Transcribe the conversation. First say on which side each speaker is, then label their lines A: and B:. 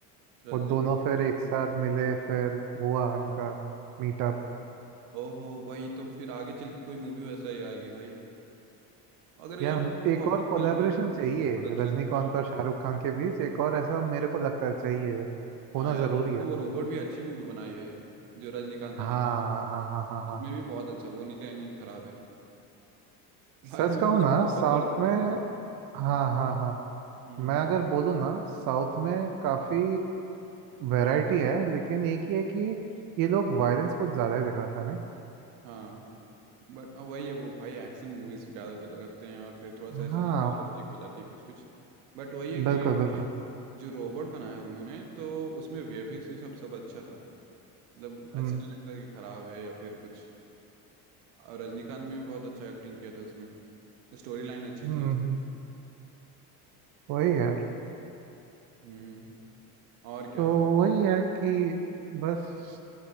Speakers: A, on the right; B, on the right.
A: रजनी
B: वो दोनों फिर एक साथ मिले फिर हुआ इनका मीटअप
A: ओहो भाई तो फिर आगे चल के कोई मूवी वैसा ही आएगी भाई अगर या
B: यार हम-
A: फिर वो
B: एक
A: अपनी
B: और
A: चल
B: कोलैबोरेशन
A: रही है
B: चाहिए
A: प्रोडक्शन
B: रजनीकांत
A: हाँ
B: और शाहरुख खान के बीच एक और ऐसा मेरे को लगता है चाहिए होना
A: हाँ यार
B: जरूरी
A: क्योंकि
B: है
A: वो रोबोट भी अच्छी मूवी बनाई है जो रजनीकांत ने
B: हाँ
A: बनाई
B: हाँ हाँ हाँ
A: इसमें
B: हाँ
A: भी बहुत अच्छा वो नहीं कहेंगे कि खराब है भाई
B: सच
A: मैं
B: कहूँ
A: उस
B: ना
A: बहुत
B: साउथ
A: बार देखा
B: में
A: हूँ
B: हाँ हाँ हाँ
A: हम्म
B: मैं अगर बोलूँ ना साउथ में काफ़ी वैरायटी है लेकिन एक ही है कि ये लोग वायलेंस कुछ ज़्यादा ही दिखाते हैं नहीं
A: हाँ बट वही है वो भाई एक्शन मूवीज ज्यादातर रखते हैं और फिर थोड़ा सा
B: हाँ
A: ऐसे अनरियलिस्टिक हो जाती है कुछ कुछ बट वही है कि
B: बिल्कुल बिल्कुल
A: भाई जो रोबोट बनाया है उन्होंने तो उसमें वीएफएक्स भी सब सब अच्छा था मतलब
B: हम्म
A: ऐसे नहीं लगता कि खराब है या फिर कुछ और रजनीकांत ने भी बहुत अच्छा एक्टिंग किया था उसमें स्टोरी लाइन अच्छी
B: हम्म
A: थी उसकी
B: हम्म, वही यार
A: हम्म और
B: तो
A: क्या
B: वही है कि बस